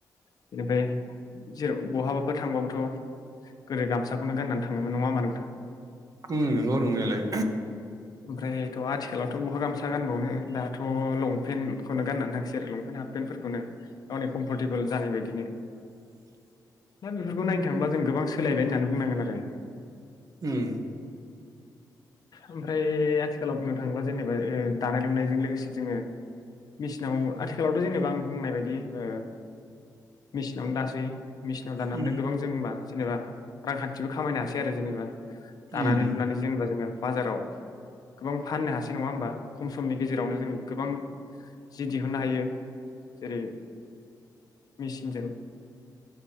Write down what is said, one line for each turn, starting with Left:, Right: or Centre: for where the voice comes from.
Left: बेनिफ्राय जेराव बहाबाफोर थांबाबोथ' गोदो गामसाखौनो गाननानै थाङोमोन नङा होनबा नोंथां
Right: उम नंगौ नंनायालाय
Left: ओमफ्राय थ' आथिखालावथ' बहा गामसा गानबावनो दाथ' लंपेन्टखौनो गाननानै थांसै आरो लंपेन्ट हाफपेन्टफोरखौनो गावनि कम्फर्टेबोल जानाय बायदिनो
Right: हिस <inaudible>
Left: दा बेफोरखौ नायनो थाङोबा जों गोबां सोलायबाय होननानै बुंनांगोन आरो
Right: उम
Left: ओमफ्राय आथिखालाव बुंनो थाङोब्ला जेनेबा ओ दानाय लुनायजों लोगोसे जोङो मिसिनाव आथिखालावथ' जेनेबा आं बुंनाय बायदि ओ मिसिनावनो दासै मेसिनाव दाननानै
Right: उम
Left: गोबां जों होनबा जेनेबा रांखान्थिबो खामायनो हासै आरो जेनेबा दानानै
Right: उम
Left: लुनानै जेनेबा जोङो बाजाराव गोबां फाननो हासै नङा होमबा खम समनि गेजेरावनो जों गोबां जि दिहुननो हायो जेरै मिसिनजों